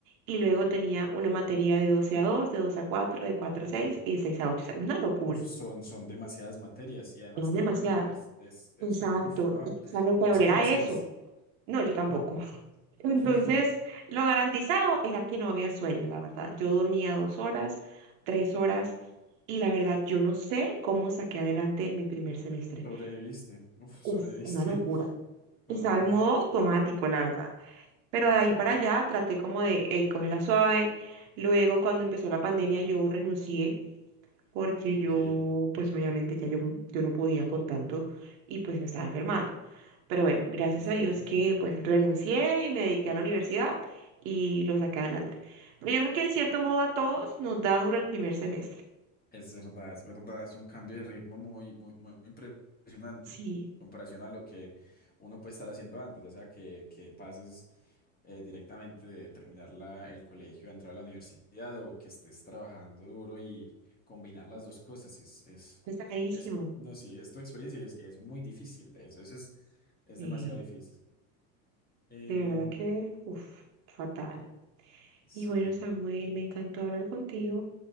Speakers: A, on the right; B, on the left.
A: y luego tenía una materia de 12 a dos de 2 a cuatro de cuatro
B: ok.
A: a 6 y de 6 a ocho O sea, una locura,
B: Uf, son, son demasiadas materias y además
A: eran
B: trabajando
A: demasiadas.
B: es, es, es,
A: Exacto.
B: uf, no,
A: y, O sea, lo peor
B: no sé
A: era
B: cómo hacías.
A: eso. No, yo tampoco.
B: <laughs>
A: Entonces,
B: Ay,
A: lo garantizado era que no había sueño, la verdad. Yo dormía dos horas, tres horas, y la verdad, yo no sé cómo saqué adelante mi primer semestre.
B: Sobreviviste, uf,
A: Uf,
B: sobreviviste.
A: una locura. Estaba
B: Ajá,
A: en modo automático, la verdad. Pero
B: ok,
A: de ahí para allá traté como de, hey, la suave. Luego, cuando empezó la pandemia, yo renuncié porque
B: ok,
A: yo, pues obviamente ya yo, yo no podía con tanto y pues me estaba enfermando. Pero bueno, gracias
B: perfecto.
A: a Dios que pues renuncié y me dediqué a la universidad y lo saqué adelante. Pero yo creo que en cierto modo a todos nos da duro el primer semestre.
B: Es verdad, es verdad, es un cambio de ritmo muy, muy, muy impresionante
A: Sí,
B: en comparación a lo que uno puede estar haciendo antes, ya sea que, que pases eh, directamente de terminar la- el colegio a entrar a la universidad o que estés trabajando duro y combinar las dos cosas es, es,
A: pesadísimo.
B: es no, sí, es tu experiencia y es, es muy difícil, eso, eso es, es
A: eh,
B: demasiado difícil. Eh,
A: de verdad que, uff, fatal.
B: sí,
A: Y bueno, Samuel, me encantó hablar contigo,